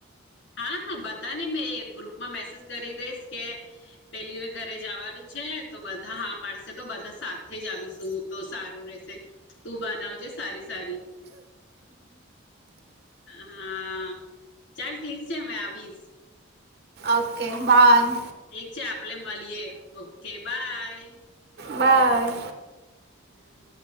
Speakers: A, on the left (about 60°); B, on the right (about 50°).
A: હા હા બધાને મેં ગ્રુપમાં મેસેજ કરી દઈશ કે પેલીને ઘરે જવાનું છે તો બધા હા પાડશે તો બધા સાથે જ આવીશું તો સારું રેહશે તું બનાવજે સારી સારી હા, ચાલ ઠીક છે મેં આવીશ.
B: Okay bye.
A: ઠીક છે આપલે મળીએ ઓકે બાય.
B: બાય.
A: હમ્મ.